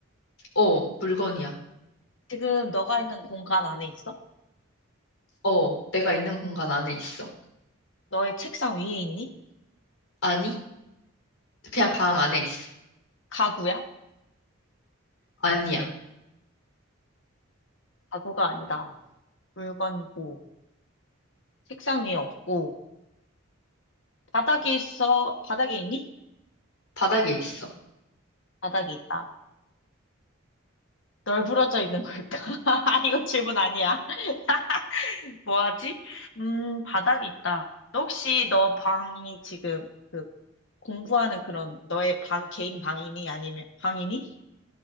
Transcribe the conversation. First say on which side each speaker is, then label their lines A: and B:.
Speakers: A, on the left (about 80°); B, on the left (about 60°).
A: 어, 물건이야.
B: 지금 너가 있는 공간 안에 있어?
A: 어, 내가 있는 공간 안에 있어.
B: 너의 책상 위에 있니?
A: 아니, 그냥 방 안에 있어.
B: 가구야?
A: 아니야.
B: 가구가 아니다. 물건이고, 책상 위에 없고, 바닥에 있어, 바닥에 있니?
A: 바닥에 있어.
B: 바닥에 있다. 널브러져 있는 걸까? <laughs> 아, 이거 질문 아니야. <laughs> 뭐 하지? 음, 바닥에 있다. 너 혹시 너 방이 지금 그 공부하는 그런 너의 방, 개인 방이니? 아니면 방이니?